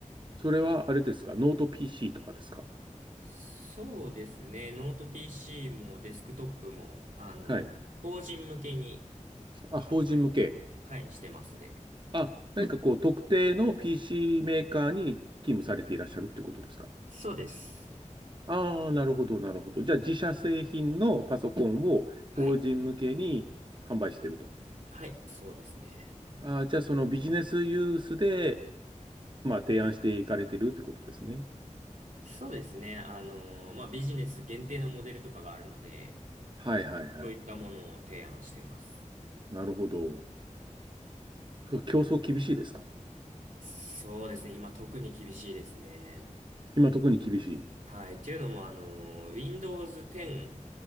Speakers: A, on the right; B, on the right.
A: それはあれですかノート PC とかですか
B: そうですね。ノート PC もデスクトップも、あの、
A: はい。
B: 法人向けに
A: あ、
B: 販売、
A: 法人向け。
B: はい、してますね。
A: あ、何かこう特定の PC メーカーに勤務されていらっしゃるっていうことですか
B: そうです。
A: ああー、なるほどなるほど。じゃあ自社製品のパソコンを法人向けに販売してると。
B: はい。はい、そうですね。
A: ああ、じゃあそのビジネスユースで、まあ提案していかれてるってことですね。
B: そうですね。あの、まあ、ビジネス限定のモデルとかがあるので、
A: はいはいはい。
B: そういったものを提案してます。
A: なるほど。そ競争厳しいですか
B: そうですね。今特に厳しいですね。
A: 今特に厳しい。
B: はい。っていうのも、あの、Windows 10